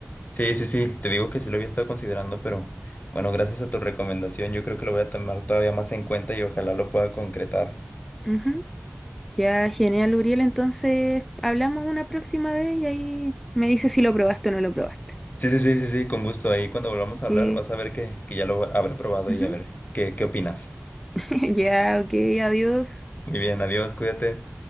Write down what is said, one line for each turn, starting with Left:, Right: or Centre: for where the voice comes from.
Left: sí, sí, sí. Te digo que sí lo había estado considerando, pero bueno, gracias a tu recomendación, yo creo que lo voy a tomar todavía más en cuenta y ojalá lo pueda concretar.
Centre: <laughs> Ujú. Ya, genial, Uriel, entonces hablamos una próxima vez y ahí me dices si lo probaste o no lo probaste.
Left: Sí, sí, sí, sí, sí, con gusto. Ahí cuando volvamos a
Centre: Que
Left: hablar, vas a ver que, que ya lo habré probado
Centre: Ujú.
Left: y a ver qué, qué opinas.
Centre: <laughs> Ya, ok, adiós.
Left: Muy bien, adiós, cuídate.